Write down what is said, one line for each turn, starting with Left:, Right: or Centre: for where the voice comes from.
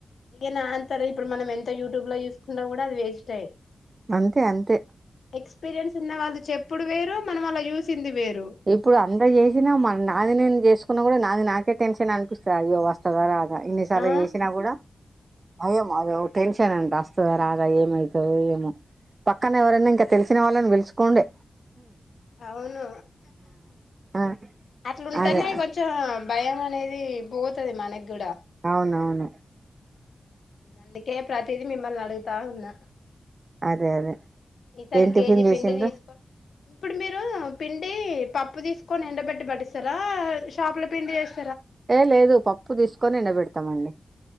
Left: ఇయనాన్తార ఇప్పుడు మనం ఎంత యూట్యూబ్ లో చూసుకున్నా కూడా అది వేస్ట్ ఏ
Right: అంతే అంతే
Left: ఎక్స్పీరియన్స్ ఉన్న వాళ్ళు చెప్పుడు వేరు మనం వాళ్ళ యూసింది వేరు
Right: ఇప్పుడు అంత చేసినా మన నాది నేను చేసు కున్నా కూడా నాది నాకే టెన్షన్ అనిపిస్తది అయ్యో వస్తుందా రాదా ఇన్నిసార్లు
Left: ఆ
Right: చేసినా కూడా అయ్యో అద టెన్షన్ అంటే వస్తదా రాదా ఏమవుతదో ఏమో పక్కన ఎవరైనా ఇంకా తెలిసిన వాళ్ళని వెలుసుకోండే
Left: అవును
Right: ఆ,
Left: అట్లుంటేనే
Right: అదే
Left: కొంచం భయం అనేది అదీ పోతది మనగ్గూడ
Right: అవునవును
Left: అందుకే ప్రతిదీ మిమ్మల్ని అడుగుతూ ఉన్న
Right: అదే అదే
Left: ఈసారి
Right: ఏం టిఫిన్
Left: కేజీ
Right: చేసిండ్రు
Left: పిండి తీసుకో ఇప్పుడు మీరు పిండి పప్పు తీసుకొని ఎండబెట్టి పడిస్తారా షాపుల పిండి చేస్
Right: ఏ లేదు పప్పు తీసుకొని ఎండబెడతామండి